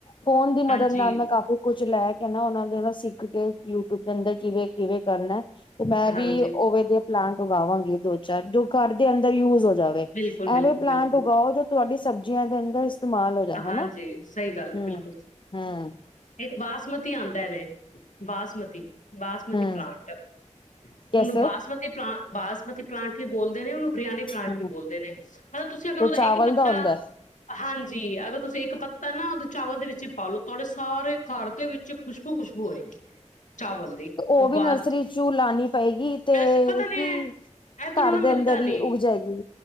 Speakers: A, on the left; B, on the left.
A: ਫੋਨ ਦੀ ਮਦਦ
B: ਹਾਂਜੀ
A: ਨਾਲ ਮੈਂ ਕਾਫੀ ਕੁਛ ਚ ਲੈ ਕੇ ਨਾ ਉਹਨਾ ਦੇ ਨਾ ਸਿੱਖ ਕੇ ਯੂਟਿਊਬ ਦੇ ਅੰਦਰ ਕਿਵੇਂ-ਕਿਵੇਂ ਕਰਨਾ ਤੇ ਮੈਂ ਵੀ
B: ਹਾਂਜੀ
A: ਉਵੇ ਦੇ ਪਲਾਂਟ ਉਗਾਵਾਂਗੇ ਦੋ ਚਾਰ ਜੋ ਘਰ ਦੇ ਅੰਦਰ ਯੂਜ ਹੋ ਜਾਣ ਐਵੇਂ
B: ਬਿਲਕੁਲ-ਬਿਲਕੁਲ-ਬਿਲਕੁਲ
A: ਪਲਾਂਟ ਉਗਾਓ ਜੋ ਤੁਹਾਡੀ ਸਬ ਜੀਆਂ ਦੇ ਅੰਦਰ ਇਸਤੇਮਾਲ ਹੋ ਜਾਏ
B: ਹਾਂਜੀ
A: ਹਨਾ।
B: ਸਹੀ ਗੱਲ
A: ਹੂੰ
B: ਹੈ ਬਿਲਕੁਲ,
A: ਹੂੰ
B: ਇੱਕ ਬਾਸ ਮਤੀ ਆਉਂਦਾ ਰੇ ਬਾਸਮਤੀ, ਬਾਸਮਤੀ
A: ਹੂੰ
B: ਪਲਾਂਟ
A: ਕੈਸੇ
B: ਉਹਨੂੰ ਬਾਸਮਤੀ ਪਲਾਂ ਬਾਸਮਤੀ ਪਲਾਂਟ ਵੀ ਬੋਲਦੇ ਨੇ ਉਹਨੂੰ ਬਰਿਆਨੀ ਪਲਾਂਟ
A: ਹੂੰ
B: ਵੀ ਬੋਲਦੇ ਨੇ ਮਤਲਬ ਤੁਸੀਂ ਅਗਰ
A: ਤੋ
B: ਉਹਦਾ
A: ਚਾਵਲ
B: ਇੱਕ ਪੱਤਾ
A: ਦਾ ਹੁੰਦਾ ਹੈ
B: ਹਾਂ ਜੀ ਅਗਰ ਤੁਸੀਂ ਇੱਕ ਪੱਤਾ ਨਾ ਉਹਦੇ ਚਾਵਲ ਦੇ ਵਿੱਚ ਹੀ ਪਾਾ ਲਓ। ਤੁਹਾਡੇ ਸਾਰੇ ਘਰ ਦੇ ਵਿੱਚ ਚ ਖੁਸ਼ਬੂ-ਖੁਸ਼ਬੂ ਹੋਏਗੀ। ਚਾਵਲ ਦੀ।
A: ਉਹ ਵੀ
B: ਬਾਅਦ
A: ਨਰਸਰੀ ਚ ਲਾਨੀ ਪਏਗੀ ਤੇ
B: ਵੈਸੇ ਪਤਾ
A: ਕੀ
B: ਨੀ ਐ ਏਧਰੋਂ
A: ਘਰ
B: ਨਾ
A: ਦੇ
B: ਮਿਲਦਾ
A: ਅੰਦਰ ਹੀ
B: ਨੀ
A: ਉਗ ਜਾਏਗੀ?